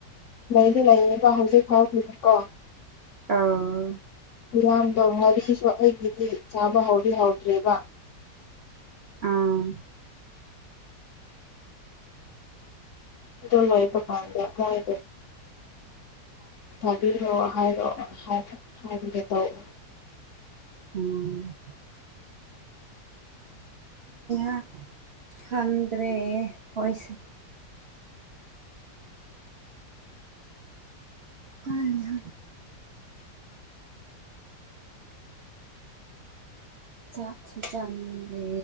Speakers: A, on the left; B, on the right.
A: ꯂꯩꯗꯤ ꯂꯩꯌꯦꯕ ꯍꯧꯖꯤꯛ ꯐꯥꯎꯒꯤꯗꯤꯀꫭ
B: ꯑꫭ
A: ꯃꯤꯌꯥꯝꯗꯣ ꯉꯥꯔꯤꯁꯨ ꯑꯩꯒꯤꯗꯤ ꯆꯥꯕ ꯍꯧꯗꯤ ꯍꯧꯗ꯭ꯔꯦꯕ
B: ꯑꯥ
A: ꯑꯗꯨ ꯂꫭꯏꯕꯀꯥꯟꯗ ꯃꫭꯏꯗꫭ ꯊꯥꯕꯤꯔꯣꯑꯣ ꯍꯥꯏꯔꯣ ꯍꯥꯏꯔꯒꯦ ꯇꯧꯕ
B: ꯎꯝ ꯑ ꯈꯗ꯭ꯔꯦ ꯍꯣꯏꯁꯦ ꯍꯩꯍꯥ ꯆꯥꯛ ꯁꯨ ꯆꯅꯤꯡꯗꯦ